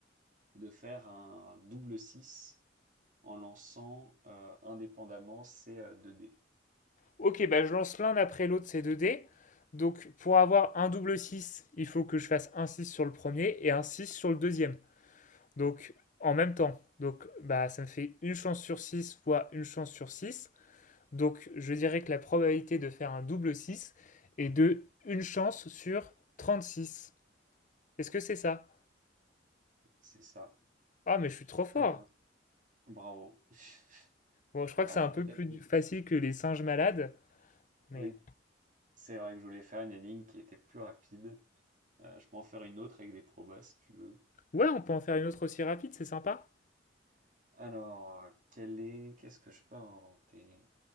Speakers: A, on the right; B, on the left.
A: de faire un double six? en lançant euh, indépendamment ces euh, deux dés.
B: Ok, Ben je lance l'un après l'autre ces deux dés. Donc pour avoir un double 6, il faut que je fasse un 6 sur le premier et un 6 sur le deuxième. Donc en même temps. Donc bah ça me fait une chance sur 6 fois une chance sur 6. Donc je dirais que la probabilité de faire un double 6 est de une chance sur 36. Est-ce que c'est ça
A: C'est ça.
B: Ah mais je suis trop fort.
A: Très bien. Bravo. <laughs>
B: Bon, je crois
A: Alors
B: que c'est
A: euh,
B: un
A: peut-être
B: peu plus
A: que...
B: facile que les singes malades, mais
A: Oui, c'est vrai que je voulais faire une ligne qui était plus rapide. Euh, je peux en faire une autre avec des probas si tu veux.
B: Ouais, on peut en faire une autre aussi rapide, c'est sympa.
A: Alors, euh, quelle est... Qu'est-ce que je peux inventer?